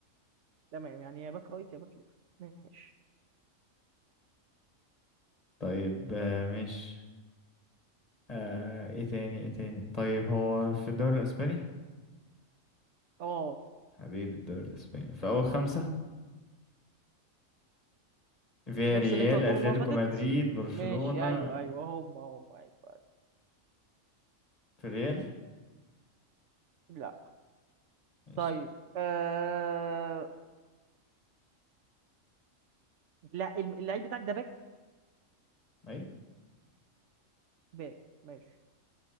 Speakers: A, on the right; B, on the left.
A: تمام يعني يا باك رايت يا باك ليفت ماشي
B: طيب آه ماشي آه ايه تاني ايه تاني طيب هو في الدوري الاسباني
A: اه
B: حبيب الدوري الاسباني في اول خمسة فيا
A: نفس
B: ريال
A: اللي انت قلتهم
B: اتلتيكو
A: المره اللي فاتت
B: مدريد برشلونة
A: ماشي ايوه ايوه هم هم ايوه, أيوة.
B: في ريال
A: لا
B: ماشي
A: طيب آه... لا الم- اللعيب بتاعك ده باك
B: اي
A: باك ماشي